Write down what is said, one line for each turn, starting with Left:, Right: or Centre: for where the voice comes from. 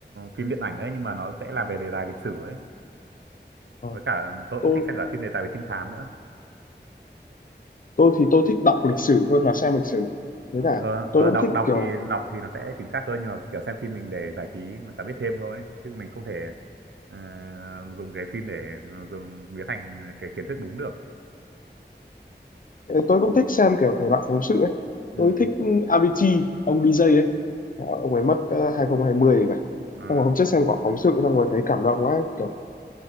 Right: phim điện ảnh ấy nhưng mà nó sẽ là về đề tài lịch sử ấy
Left: Ờ,
Right: với cả tôi
Left: tôi
Right: cũng thích xem cả phim đề tài về trinh thám nữa
Left: tôi thì tôi thích đọc lịch sử hơn là xem lịch sử với cả
Right: ờ,
Left: tôi
Right: ờ,
Left: cũng
Right: đọc
Left: thích
Right: đọc
Left: kiểu
Right: thì đọc thì nó sẽ chính xác hơn nhưng mà kiểu xem phim mình để giải trí mình cả biết thêm thôi chứ mình không thể ờ, dùng cái phim để dùng biến thành cái kiến thức đúng được
Left: tôi cũng thích xem kiểu thể loại phóng sự ấy
Right: ừ.
Left: tôi thích Avicii ông DJ ấy Ờ, ông ấy mất ờ, 2020 rồi phải
Right: ờ,
Left: xong rồi hôm trước xem quả phóng sự xong rồi thấy cảm động quá kiểu